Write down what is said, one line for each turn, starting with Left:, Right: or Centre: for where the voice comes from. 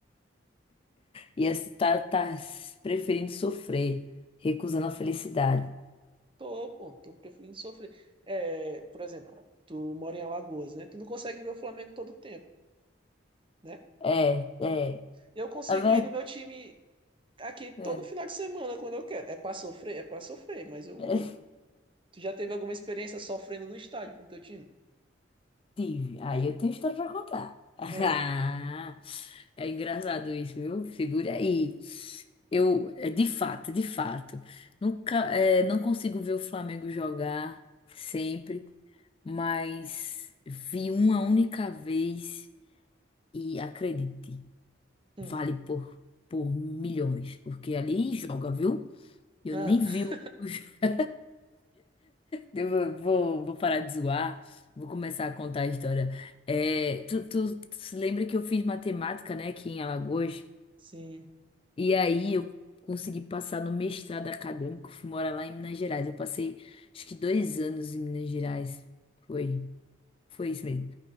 Left: E assim, tá, tá preferindo sofrer, recusando a felicidade.
Right: Tô, pô, tô preferindo sofrer. É, por exemplo, tu mora em Alagoas, né? Tu não consegue ver o Flamengo todo tempo né?
Left: É, é,
Right: Eu consigo
Left: a verdade.
Right: ir no meu time aqui todo
Left: É,
Right: final de semana quando eu quero. É pra sofrer? É pra sofrer, mas eu
Left: é,
Right: vou. Tu já teve alguma experiência sofrendo no estádio com teu time?
Left: tive. Aí eu tenho história pra contar. <laughs> Ah,
Right: Ah,
Left: É engraçado isso, viu? Segure aí. Eu, é, de fato, de fato, nunca, é, não consigo ver o Flamengo jogar sempre, mas vi uma única vez e acredite,
Right: hum,
Left: vale por, por milhões, porque ali joga, viu? Eu
Right: ah,
Left: nem vi o. <laughs> Eu vou, vou vou parar de zoar, vou começar a contar a história. É, tu, tu, tu se lembra que eu fiz matemática, né, aqui em Alagoas?
Right: sim,
Left: E aí eu consegui passar no mestrado acadêmico, fui morar lá em Minas Gerais. Eu passei acho que dois anos em Minas Gerais. Foi, foi isso mesmo.